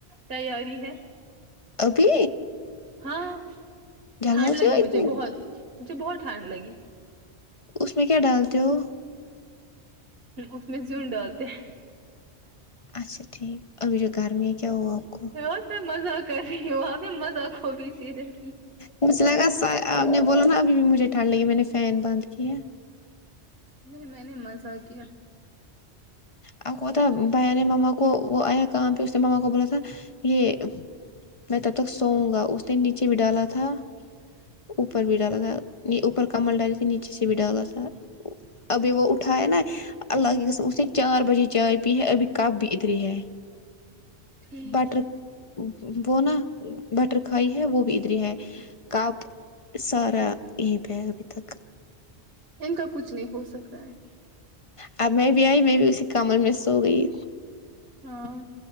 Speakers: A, on the right; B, on the left.
A: تیاری ہے
B: ابھی
A: ہاں
B: جلاتے
A: ٹھانڈ لگی
B: ہو
A: مجھے
B: اتنی
A: بہت مجھے بہت ٹھانڈ لگی
B: اس میں کیا ڈالتے ہو
A: اس میں زون ڈالتے ہیں
B: اچھا ٹھیک ابھی جو گرمی ہے کیا ہوا آپ کو
A: اور میں مزہ کر رہی ہوں وہاں میں مزہ کو بھی سیدھے
B: مجھے لگا آپ نے بولا نا ابھی بھی مجھے ٹھنڈ لگی میں نے فین بند کیا ہے
A: نہیں میں نے مزہ کیا
B: اب کو تھا بہرے مما کو وہ آیا کام پہ اس نے ماما کو بولا تھا یہ میں تب تک سوؤں گا اس نے نیچے بھی ڈالا تھا اوپر بھی ڈالا تھا اوپر کمل ڈالی تھی نیچ ا سے بھی ڈالا تھا ابھی وہ اٹھا ہے نا اللہ کی قسم اس نے بہی چائے پی ہے ابھی کپ بھی ادری ہے
A: ٹھیک
B: بٹر وہ نا بٹر کھائی ہے وہ بھی ادری ہے کاپ سارا یہی پہ ہے ابھی تک
A: ان کا کچھ نہیں ہو سکتا ہے
B: اب میں بھی آئی میں بھی اسی کمل میں سو گئی
A: ہاں